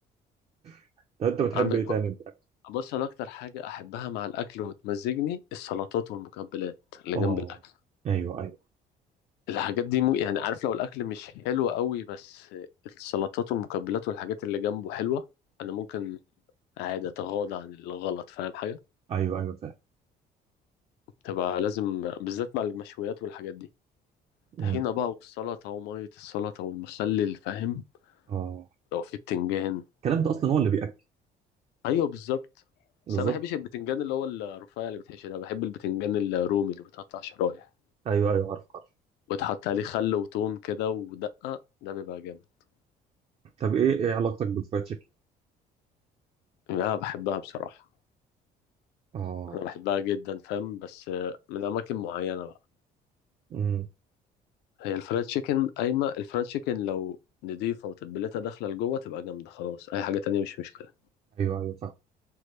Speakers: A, on the right; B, on the left.
A: <laughs> طب انت بتحب
B: عندك
A: ايه
B: برضه
A: تاني في الأكل؟
B: بص أنا أكتر حاجة أحبها مع الأكل وتمزجني السلطات والمقبلات اللي
A: اه
B: جنب الأكل
A: ايوه ايوه
B: الحاجات دي مو يعني عارف لو الأكل مش حلو قوي بس السلطات والمقبلات والحاجات اللي جنبه حلوة أنا ممكن عادي أتغاضى عن الغلط فاهم حاجة
A: ايوه ايوه فاهم
B: تبقى لازم بالذات مع المشويات والحاجات دي
A: مم.
B: طحينة بقى والسلطة ومية السلطة والمخلل فاهم
A: اه
B: لو في بتنجان
A: الكلام ده اصلا هو اللي بياكل
B: ايوه بالظبط
A: بالظبط
B: بس انا ما بحبش البتنجان اللي هو الرفيع اللي بتحشي ده بحب البتنجان الرومي اللي بيتقطع شرايح
A: ايوه ايوه عارف عارف
B: وتحط عليه خل وتوم كده ودقة ده بيبقى جامد
A: طب ايه ايه علاقتك بالفرايد تشيكن
B: انا بحبها بصراحة
A: اه
B: انا بحبها جدا فاهم بس آه، من اماكن معينة بقى
A: امم
B: هي الفرايد تشيكن قايمة الفرايد تشيكن لو نضيفة وتتبيلتها داخلة لجوه تبقى جامدة خلاص أي حاجة تانية مش مشكلة
A: ايوه ايوه فاهم